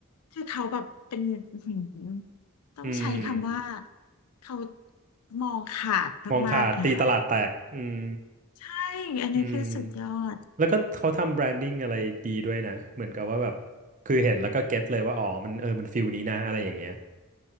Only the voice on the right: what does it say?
อืม
มองขาดตีตลาดแตกอืม
อืมแล้วก็เขาทำแบรนดิ้งอะไรดีด้วยนะเหมือนกับว่าแบบคือเห็นแล้วก็เก็ตเลยว่าอ๋อมันเออมันฟิลนี้นะอะไรอย่างเงี้ย